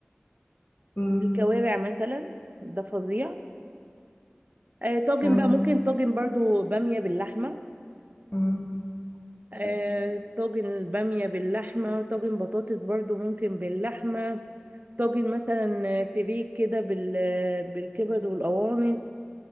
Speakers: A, on the left; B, on the right.
A: مم.
B: الكوارع مثلا ده فظيع آه، طاجن
A: تمام
B: بقى ممكن طاجن برضو بامية باللحمة
A: مم.
B: آه،
A: طب
B: طاجن البامية باللحمة طاجن بطاطس برضو ممكن باللحمة طاجن مثلا فريك كده بال آه، بالكبد والقوانص